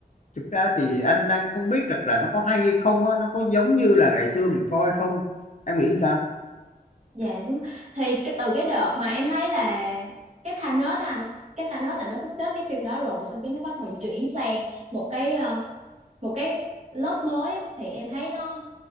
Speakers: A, on the left; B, on the right.
A: thực ra thì anh đang không biết được là nó có hay không á, nó có giống như là ngày xưa mình coi không em nghĩ sao?
B: dạ đúng rồi. Thì cái từ cái đợt mà em thấy là cái Thanos á anh, cái Thanos là nó có kết cái phim đó rồi, xong cái nó bắt đầu chuyển sang một cái ờ, một cái lớp mới á, thì em thấy nó